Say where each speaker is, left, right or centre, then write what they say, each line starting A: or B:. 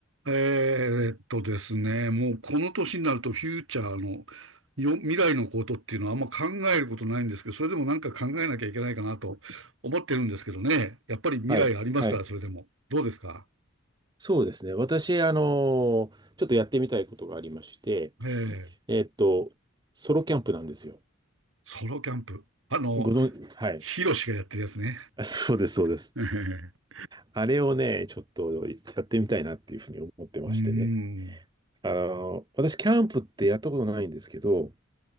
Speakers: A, on the right; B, on the right.
A: えーっとですね、もうこの年になるとフューチャーのよ未来のことっていうのはあんま考えることないんですけど、それでもなんか考えなきゃいけないかなと思ってるんですけどね。やっぱり未来ありますから、
B: はい。はい。
A: それでも。どうですか
B: そうですね。私、あのーちょっとやってみたいことがありまして、
A: えー、
B: えっと、ソロキャンプなんですよ。
A: ソロキャンプ。あの、
B: ご存、はい。
A: ヒロシがやってるやつね。
B: あそうです、そうです。
A: <laughs> えー
B: あれをね、ちょっとやってみたいなっていうふうに思ってましてね。
A: うーん。
B: あのー私、キャンプってやったことないんですけど、